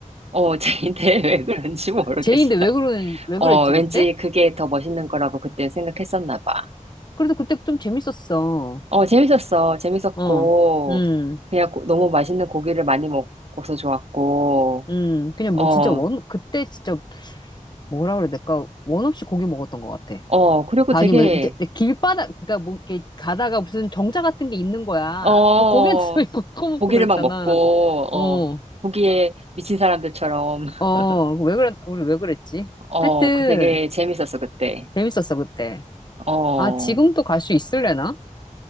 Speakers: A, on the right; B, on the left.
A: 어, <laughs> 쟤인데 왜 그런지 모르겠어.
B: 제인데 왜 그런, 왜
A: 어,
B: 그랬지
A: 왠지
B: 그때?
A: 그게 더 멋있는 거라고 그때 생각했었나 봐.
B: 그래도 그때 좀 재밌었어.
A: 어, 재밌었어. 재밌었고,
B: 어, 음.
A: 그냥 고- 너무 맛있는 고기를 많이 먹어서 좋았고,
B: 음, 그냥
A: 어,
B: 뭐 진짜 원 그때 진짜 뭐라 그래? 내가 원 없이 고기 먹었던 것 같아.
A: 어, 그리고
B: 다
A: 되게,
B: 아니면 이제 길바닥, 그러니까 뭐 이렇게 가다가 무슨 정자 같은 게 있는 거야.
A: 어,
B: 그 고기한테 있고 커먹고
A: 고기를
B: <laughs> 그랬잖아.
A: 막 먹고,
B: 어,
A: 어, 고기에 미친 사람들처럼, <laughs>
B: 어, 왜 그랬, 우리 왜 그랬지?
A: 어,
B: 하여튼
A: 그 되게 재밌었어, 그때.
B: 재밌었어 그때.
A: 어,
B: 아 지금도 갈 수 있을래나?